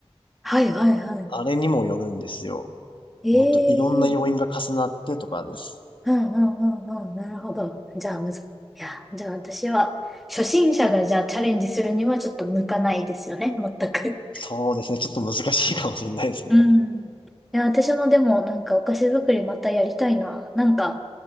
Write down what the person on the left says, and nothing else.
あれにもよるんですよ。
本当いろんな要因が重なってとかです。
そうですね。ちょっと難しいかもしれないですね。